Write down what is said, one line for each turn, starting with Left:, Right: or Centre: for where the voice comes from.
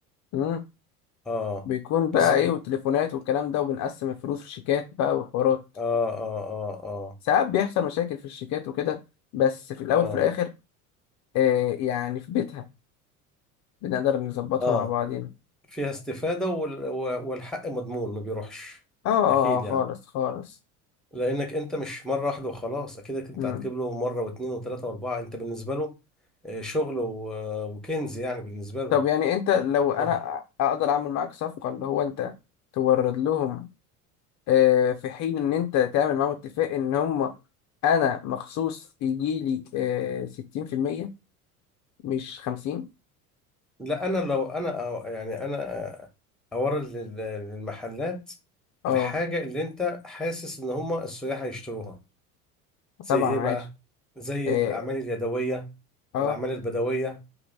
Left: امم
Centre: اه
Left: بيكون بقى
Centre: بس
Left: ايه
Centre: د-
Left: والتليفونات والكلام ده وبنقسم الفلوس في شيكات بقى وحوارات
Centre: اه اه اه اه
Left: ساعات بيحصل مشاكل في الشيكات وكده بس في الاول
Centre: اه
Left: وفي الاخر آه يعني في بيتها بنقدر نظبطها
Centre: اه
Left: مع بعضينا
Centre: فيها استفادة وال... و- والحق مضمون ما بيروحش
Left: اه آه،
Centre: اكيد
Left: آه، خالص
Centre: يعني
Left: خالص
Centre: لانك انت مش مرة واحدة وخلاص اكيد انت
Left: مم.
Centre: هتجيب له مرة واثنين وثلاثة واربعة انت بالنسبة له آه، شغل و... وكنز يعني بالنسبة له
Left: طب يعني انت لو انا
Centre: اه
Left: اقدر اعمل معاك صفقة اللي هو انت تورد لهم آه، في حين ان انت تعمل معاهم اتفاق ان هم انا مخصوص يجي لي آه، ستين في المية مش خمسين
Centre: لا انا لو انا أو- يعني انا اورد لل- للمحلات
Left: اه
Centre: الحاجه اللي انت حاسس ان هم السياح هيشتروها زي
Left: طبعا
Centre: ايه
Left: عادي
Centre: بقى زي
Left: اه
Centre: الاعمال اليدويه
Left: آه،
Centre: الاعمال البدويه